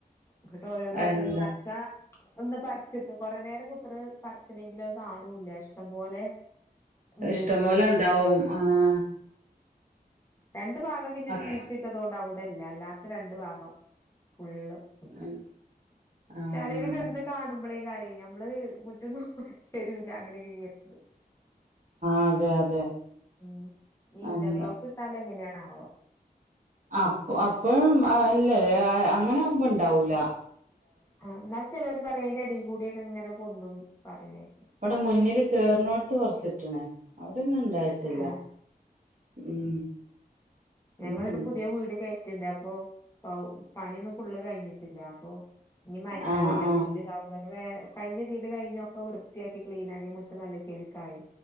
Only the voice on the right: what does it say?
എന്താ
ഇഷ്ടം
പോലെ ഇണ്ടാവും ആഹ്
മക്ക്
ആഹ് ആഹ്
അതെ
അതെ
എന്താ
ആപൊ അപെംആ ഇല്ലലെ ആ അങ്ങനാവുമ്പൊ ഉണ്ടാവൂല
ഇവടെ മുന്നില് കേറ്ണോട്ത്ത് കൊറച്ച്ട്ട്ണ് ട്ട്ന്ന്ണ്ടായിട്ടില്ല
ഉം
ഉം
ആഹ് ആഹ്